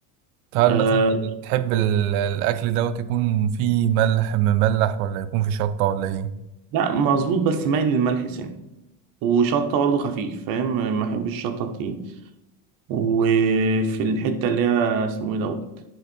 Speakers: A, on the right (about 70°); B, on the right (about 50°).
A: فهل
B: أه
A: مثلا بتحب ال- الأكل دوت يكون فيه ملح مملح ولا يكون فيه شطة ولا إيه؟
B: لا مظبوط بس مايل للملح سنة وشطة برضه خفيف فاهم ما بحبش الشطة التقيل وفي الحتة اللي هي اسمه ايه دوت